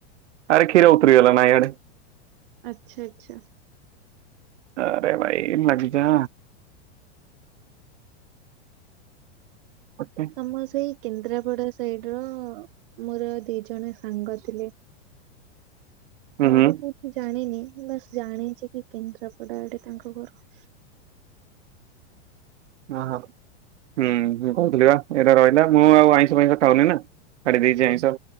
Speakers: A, on the right; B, on the right.
A: ଆରେ କ୍ଷୀର ଉତରିଗଲା ନା ଇଆଡେ।
B: ଆଚ୍ଛା, ଆଚ୍ଛା।
A: ଆରେ ଭାଇ ନାଗିଜା। ଅଛି।
B: ତୋମ ସେଇ କେନ୍ଦ୍ରାପଡା ସାଇଡ ର ମୋର ଦି ଜଣ ସାଙ୍ଗ ଥିଲେ।
A: ହୁଁ
B: ଘରକୁ
A: ହୁଁ
B: ଜାଣିନି ବାସ୍ ଜାଣିଚି କି କେନ୍ଦ୍ରାପଡ଼ା ଆଡେ ତାଙ୍କ ଘର।
A: <unintelligible> ହୁଁ, ମୁଁ କହୁଥିଲି ବା ଏଟା ରହିଲା ମୁଁ ଆଉ ଆଇଁଷ ଫାଇଁଷ ଖାଉନି ନା ଛାଡି ଦେଇଚି ଆଇଁଷ।